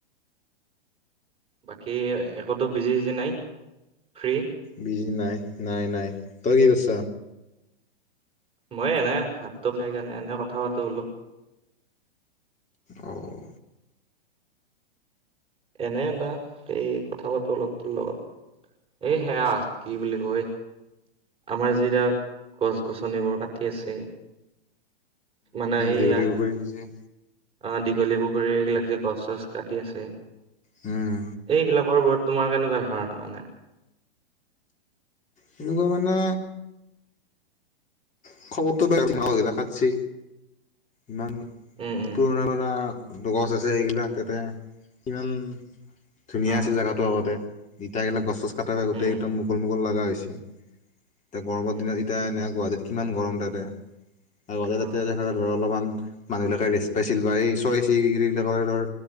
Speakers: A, on the right; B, on the left.
A: বাকী একোতো বিজি সিজি নাই ফ্ৰী?
B: বিজি নাই নাই নাই তই কি কৰিছ।
A: মইয়ে এনে হাতটো খাই কাৰণনে এনে কথা পাতো বোলো।
B: অ'
A: এনে এা সেই কথা পাতো অলপ তোৰ লগত এই সেয়া কি বুলি কয় আমাৰ যিৰা গছ গছনিবোৰ কাটি আছে। মানে এইয়া
B: দেউৰিও হৈ গিছি।
A: অ দীঘলী পুখুৰী এইবিলাক যে গছ চছ কাটি আছে।
B: উম।
A: এইগিলাকৰ ওপৰত তোমাৰ কেনেকুৱা ধাৰণা মানে?
B: কেনেকুৱা মানে <unintelligible> কাটছি ইমান
A: উম উম
B: পুৰণা বানা গছ আছে এইগিলাক তাতে ইমান ধুনীয়া
A: অ
B: আছিল জাগা ত গতে ইটা গিলা গছ চছ কাটাৰ আগতেই
A: উম উম
B: একদম মুকল মুকল লাগা হৈছি। এতিয়া গৰমৰ
A: উম
B: দিনত এতিয়া এনে গুৱাহাটীত কিমান গৰম তাতে আগতে
A: অ
B: তাতে দেখা ধৰ অলপমান মানুহবিলাকে ৰেষ্ট পাইছিল বা এই চয় <unintelligible> ধৰ